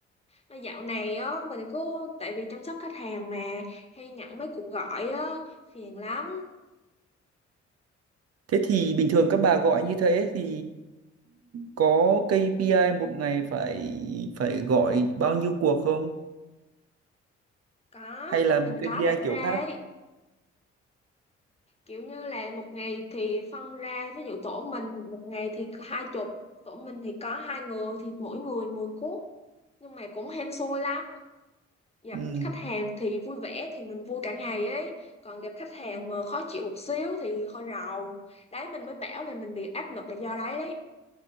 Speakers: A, on the left (about 15°); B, on the right (about 45°).
A: Mà dạo này á, mình cứ tại vì chăm sóc khách hàng mà hay nhận mấy cuộc gọi á, phiền lắm.
B: Thế thì bình thường các bà gọi như thế thì có KPI một ngày phải phải gọi bao nhiêu cuộc không?
A: Có,
B: Hay
A: bên
B: là KPI
A: mình có đặt ra
B: kiểu khác?
A: ấy. kiểu như là một ngày thì phân ra ví dụ tổ mình một ngày thì hai chục tổ mình thì có hai người thì mỗi người mười cuốc nhưng mà cũng hên xui lắm gặp
B: Ừ.
A: khách hàng thì vui vẻ thì mình vui cả ngày ấy còn gặp khách hàng mà khó chịu một xíu thì hơi rầu đấy mình mới bảo là mình bị áp lực là do đấy đấy